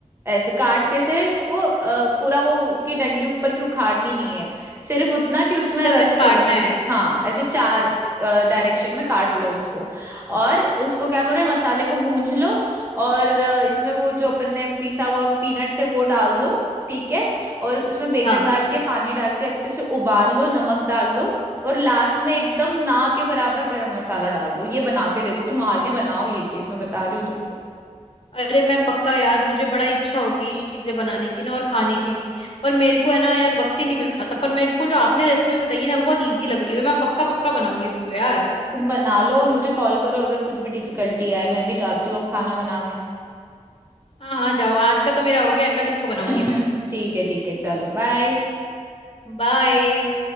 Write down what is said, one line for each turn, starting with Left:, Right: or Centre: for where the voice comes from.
Right: ऐसे काट कैसे इसको अ, पूरा वो उसकी डंडी ऊपर की उखाड़नी नहीं है सिर्फ उतना कि उसमें
Left: अच्छा
Right: रस
Left: सिर्फ काटना
Right: चले जाए
Left: है
Right: हाँ ऐसे चार डायरेक्शन में काट लो उसको और उसको क्या करो ये मसाले को भूंज लो और अ,
Left: हम्म
Right: इसमें वो जो अपन ने पिसा हुआ पीनट्स है वो डाल लो ठीक है और उसमें बैगन
Left: हाँ
Right: डाल के पानी डाल के अच्छे से उबाल लो नमक डाल लो और लास्ट में एकदम ना के बराबर गरम मसाला डाल दो ये बना के देखो तुम आज ही बनाओ ये चीज मैं बता रही हूँ तुमको
Left: अरे मैं पक्का यार मुझे बड़ा इच्छा होती है ये चीजें बनाने की ना और खाने की भी पर मेरे को है ना यार वक्त ही नहीं मिल पाता पर मेरे को जो आपने रेसिपी बताई है ना वो बहुत इजी लग रही है तो मैं पक्का पक्का बनाऊंगी इसको तो यार
Right: तुम बना लो और मुझे कॉल करो अगर कुछ भी डिफिकल्टी आए मैं भी जाती हूँ अब खाना बनाने
Left: हाँ हाँ जाओ आज का तो मेरा हो गया कल इसको बनाऊंगी
Right: <laughs>
Left: मैं
Right: ठीक है ठीक है चलो बाय
Left: बाय